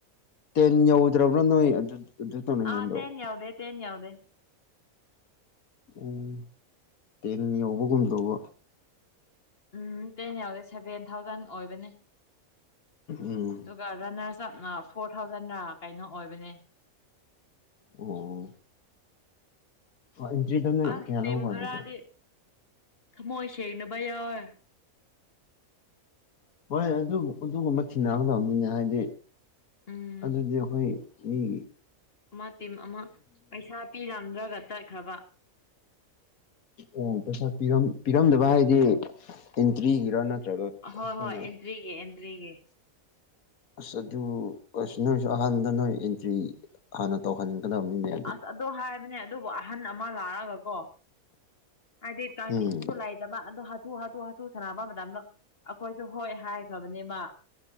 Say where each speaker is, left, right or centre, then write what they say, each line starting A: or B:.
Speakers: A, on the left (about 80°); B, on the left (about 45°).
A: ꯇꯦꯟ ꯌꯧꯗ꯭ꯔꯕ꯭ꯔꯥ ꯅꯣꯏ ꯑꯗꯨ ꯑꯗꯨ ꯇꯣꯔꯅꯃꯦꯟꯗꯣ
B: ꯑ ꯇꯦꯟ ꯌꯧꯗꯦ ꯇꯦꯟ ꯌꯧꯗꯦ
A: ꯎꯝ ꯇꯦꯟ ꯌꯧꯕꯒꯨꯝꯗꯧꯕ
B: ꯎꯝ ꯇꯦꯟ ꯌꯥꯎꯗꯦ ꯁꯚꯦꯟ ꯊꯥꯎꯖꯟ ꯑꯣꯏꯕꯅꯦ
A: ꯎꯝ
B: ꯑꯗꯨꯒ ꯔꯟꯅꯔꯁ ꯑꯞꯅ ꯐꯣꯔ ꯊꯥꯎꯖꯟꯔ ꯀꯩꯅꯣ ꯑꯣꯏꯕꯅꯦ
A: ꯑꯣ <unintelligible>
B: ꯑꯁ ꯇꯤꯝ
A: ꯂꯧꯕ
B: ꯈꯔꯗꯤ
A: ꯑꯗꯨꯗ
B: ꯊꯃꯣꯏ ꯁꯦꯡꯗꯕ ꯌꯥꯎꯋꯦ
A: ꯍꯣꯏ ꯑꯗꯨ ꯑꯗꯨꯒꯨꯝꯕ ꯊꯦꯡꯅꯒꯗꯕꯅꯤꯅꯦ ꯍꯥꯏꯗꯤ
B: ꯎꯝ
A: ꯑꯗꯨꯗꯤ ꯑꯩꯈꯣꯏ ꯎꯝ
B: ꯑꯃ ꯇꯤꯝ ꯑꯃ ꯄꯩꯁꯥ ꯄꯤꯔꯝꯗ꯭ꯔꯒ ꯆꯠꯈ꯭ꯔꯕ
A: ꯑꯣ ꯄꯩꯁꯥ ꯄꯤ ꯄꯤꯔꯝꯗꯕ ꯍꯥꯏꯗꯤ ꯏꯟꯇ꯭ꯔꯤꯒꯤꯔꯥ ꯅꯠꯇ꯭ꯔꯒ
B: ꯍꯣꯏ
A: ꯑꯩꯈꯣꯏꯅ
B: ꯍꯣꯏ ꯑꯦꯟꯇꯔꯤꯒꯤ ꯑꯦꯟꯇꯔꯤꯒꯤ
A: ꯑꯁ ꯑꯗꯨ ꯑꯁ ꯅꯣꯏꯁꯨ ꯑꯍꯥꯟꯕ ꯅꯣꯏ ꯑꯦꯟꯇ꯭ꯔꯤ ꯍꯥꯟꯅ ꯇꯧꯍꯟ ꯑꯗꯧꯅꯤꯅꯦ
B: ꯑꯁ ꯑꯗꯣ ꯍꯥꯏꯕꯅꯦ ꯑꯗꯨꯕꯨ ꯑꯍꯟ ꯑꯃ ꯂꯥꯛꯑꯒ ꯀꯣ ꯍꯥꯏꯗꯤ ꯇꯥꯏꯃꯤꯡꯁꯨ
A: ꯎꯝ
B: ꯂꯩꯇꯕ ꯑꯗꯣ ꯍ ꯍꯥꯊꯨ ꯍꯥꯊꯨ ꯍꯥꯊꯨ ꯁꯥꯟꯅꯕ ꯃꯇꯝꯗ ꯑꯩꯈꯣꯏꯁꯨ ꯍꯣꯏ ꯍꯥꯏꯈ꯭ꯔꯕꯅꯦꯕ